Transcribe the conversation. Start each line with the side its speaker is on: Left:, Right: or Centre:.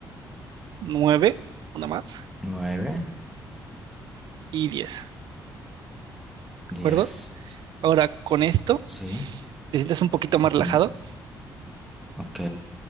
Right: nueve, una más
Centre: nueve,
Right: y diez, ¿de acuerdo?
Centre: diez,
Right: Ahora con esto,
Centre: sí,
Right: ¿te sientes un poquito más
Centre: ujú,
Right: relajado?
Centre: ok,